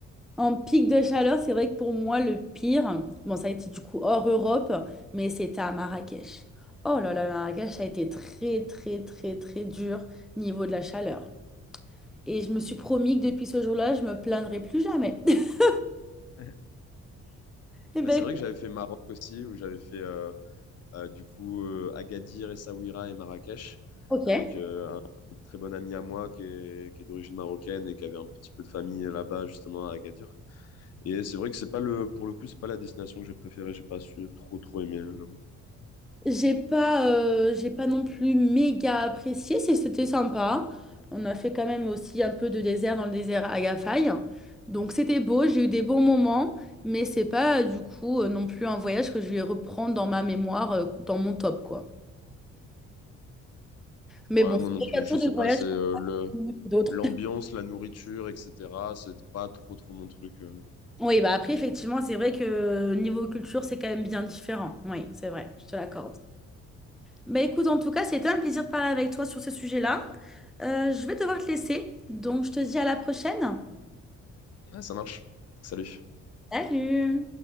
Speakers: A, in the centre; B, on the left.
A: En pic de chaleur, c'est vrai que pour moi, le pire, bon, ça a été du coup hors Europe, mais c'était à Marrakech. Oh là là, Marrakech, ça a été très, très, très, très dur niveau de la chaleur. Et je me suis promis que depuis ce jour-là, je me plaindrai plus jamais. <laughs>
B: <laughs>
A: Eh
B: Bah,
A: ben,
B: c'est vrai
A: écoute,
B: que j'avais fait Maroc aussi, où j'avais fait euh, euh, du coup euh, Agadir, Essaouira et Marrakech
A: ok.
B: avec euh, très bon ami à moi qui est, qui est d'origine marocaine et qui avait un petit peu de famille euh, là-bas, justement, à Agadir. Et c'est vrai que c'est pas le, pour le coup, c'est pas la destination que j'ai préférée. J'ai pas su trop, trop aimer, j'avoue.
A: J'ai pas, euh, j'ai pas non plus méga apprécié, c'est- c'était sympa. On a fait quand même aussi un peu de désert dans le désert Agafay. Donc c'était beau, j'ai eu des bons moments, mais c'est pas euh, du coup euh, non plus un voyage que je vais reprendre dans ma mémoire, euh, dans mon top, quoi. Mais
B: Ouais,
A: bon, c'est
B: moi
A: vrai
B: non plus.
A: qu'il y a toujours
B: Je sais
A: des voyages
B: pas, c'est
A: qui
B: euh, le,
A: sont mieux que d'autres.
B: l'ambiance,
A: <laughs>
B: la nourriture, etc. C'est pas trop, trop mon truc. euh.
A: Oui, bah après, effectivement, c'est vrai que niveau culture, c'est quand même bien différent. Oui, c'est vrai, je te l'accorde. Bah écoute, en tout cas, c'était un plaisir de parler avec toi sur ce sujet-là. Euh, je vais devoir te laisser, donc je te dis à la prochaine.
B: Ouais, ça marche. Salut.
A: Salut!